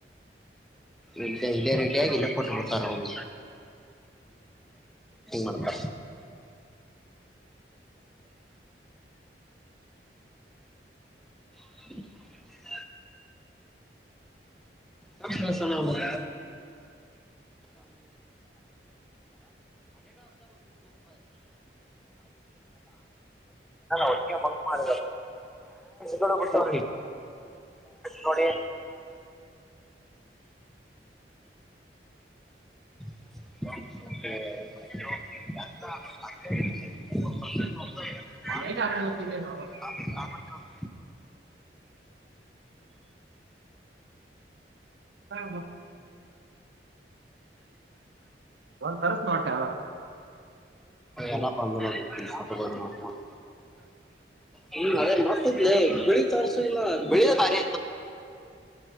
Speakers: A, in the centre; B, on the right (about 75°).
A: ಇ ಇದೇ ರೀಟಿಯಾಗಿ ಇಲ್ಲ ಕೊಟ್ಟಬಿಡ್ತಾರ ಅವಲ ಮಾಡ್ತಾರ <inaudible> ನಮಕಾರ ಒಟ್ಟಿಗೆ ಮಂ ಮಾಡ ಬಟ್ಟ್ರ ನೋಡಿ ಾ
B: ಯಾಕೆ ಹಾಕೊಂಡು ಹೋಗ್ತಿಲ್ಲ ನಾವು ಹ ಒಂದ್ ತರ್ಸ ನೋಟ್ಟೆರ
A: ಎಲ್ಲ ಬಂದು ನೋಡಿ ಫೋಟೋಗಳು ನಾರ್ಮಲ್ ಹ್ಮ್ ಅದೇ ಮತ್ತೈತ್ಲೆ ಬಿಳಿ ತೋರ್ಸಿಲ್ಲ ಬಿಳಿದ ಭಾರಿ